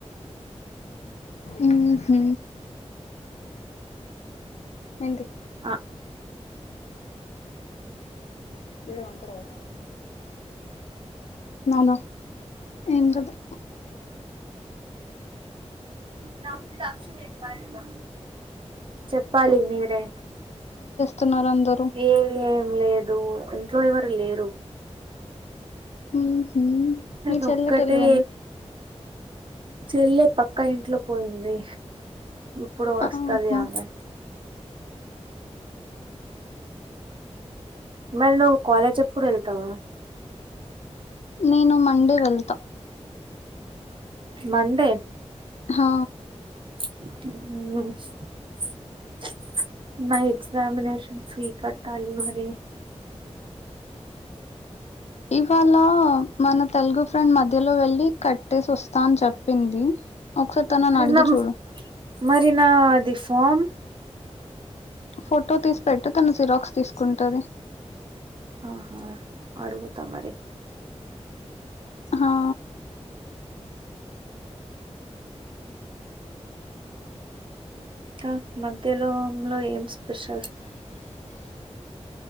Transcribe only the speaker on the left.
ఊ హు ఏంది
ఇడ అంకర పోతా నాద ఏం కదుా
స్తున్నారు అందరు
ఉహు
మీ చెల్లెటోళ్ళు వెళ్
ఆహా
నేను మండే వెళ్తా
హ
ఇవాళ మన తెలుగు ఫ్రెండ్ మధ్యలో వెల్లి కట్టేసి వస్తాని చెప్పింది ఒకసా తనను
అడిగి
చూడు
ఫోటో తీసి పెట్టు తను జిరాక్స్ తీసుకుంటది
హా